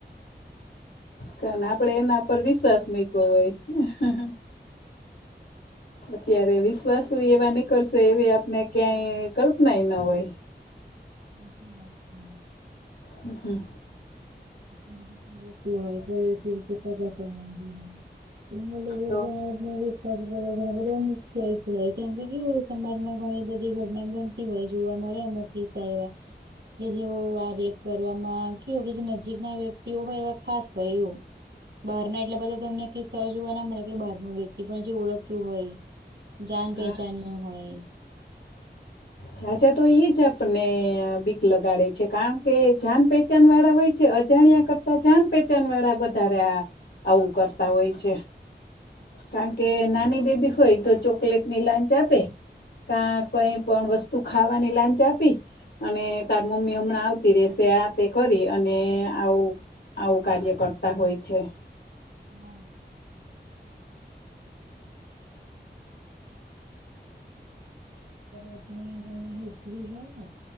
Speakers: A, on the left; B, on the right.
A: કાને આપડે એના પર વિશ્વાસ મુક્યો હોય. હા હા! અત્યારે વિશ્વાસ એવા નીકળશે, એવી આપને ક્યાંય કલ્પનાય ન હોય.
B: <inaudible>
A: હા!
B: હોય પડ છે. કે એના લોકો
A: તો
B: પણ. વિશ્વાસ કરવા ઘ બધ મુશ્કેલ છે. કેમ કે સમાજ માં ઘણી બધી ઘટના બ. હોય જોવા મળે. મકીતાાય એવા કે, જેવું આ રેપ કરવામાં કેવું કે. ના વ્યક્તિઓ હોય હ ખાસ હોય એવું. બહાર ના એટલે બધા તમને કઈ સહજ જોવા ના મળે. કે બહારનું વ્યક્તિ જે ઓળખતું હોય. જાન પહેચાન
A: હા
B: ન હોય.
A: જાજા તો એ જ આપને બીક લગાડે છે. કારણ કે જાન પહેચાન વાળા હોય છે. અજાણ્યા જાન પહેચાન વાળા, વધારે આવું કરતા હોય છે. કારણ કે નાની બેબી હોય, તો ચોકલેટની લાંચ આપે. કા કઈ પણ વસ્તુ ખાવાની લાંચ આપી અને તાર મમ્મી હમણાં આવતી રેશે આ તે કરી અને આવું આવું કાર્ય કરતા હોય છે.
B: હમ એતની તમે હસલી રહને